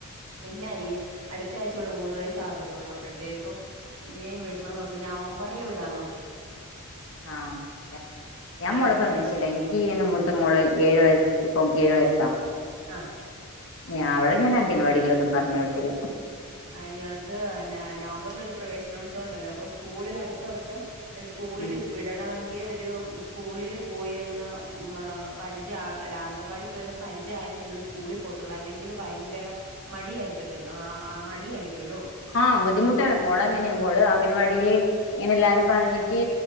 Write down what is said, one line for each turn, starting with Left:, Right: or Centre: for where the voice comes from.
Right: ഇല്ല ഈ അടുത്ത ആഴ്ചേയുള്ളൂ മൂന്ന് വയസ് ആകത്തുള്ളൂ അപ്പോഴത്തേക്കും ഇനി വിടണന്ന് ഓർത്ത് നവംബറിൽ വിടാന്ന് ഓർത്ത്
Left: ആഹ് ഞാൻ
Right: ആ
Left: മോളെ
Right: ഇപ്പഴ
Left: പറഞ്ഞയിച്ചല്ലേ ഈ എന്റെ മൂത്ത മോളെ ഏഴു വയസ് ഇപ്പം ഏഴ് വയസാ
Right: ആഹ്
Left: ഞാഅവളെ ഞാൻ അംഗൻവാടിയിലൊന്നും പറഞ് വിട്ടില്ല.
Right: അയ്യോ ആത് അന നവംബറിലൊരു പ്രവേശനോത്സവം ഉണ്ടല്ലോ അപ്പൊ സ്കൂളില്അടുത്ത വർഷം സ്കൂളില്
Left: ഉം
Right: വിടണമെങ്കി ഒരു സ്കൂളില് പോയി ഒന്ന് മാ പരിചയ ആകാൻ അല്ലെ അങ്കവാടി പോയി ഒന്ന് പരിചയംആയാല്ലല്ലേ സ്കൂളിൽ പോത്തുള്ളൂ അല്ലെങ്കില് ഭയങ്കര മടിയാരിക്കതില് ആഹ് മാ മടിയാരിക്കുല്ലോ?
Left: ആ ബുദ്ധിമുട്ടാണ് മോള് അങ്ങനെയാ മോള് അംഗവാടിയില് ഇങ്ങനെ എല്ലാരും പറഞ്ഞിട്ട്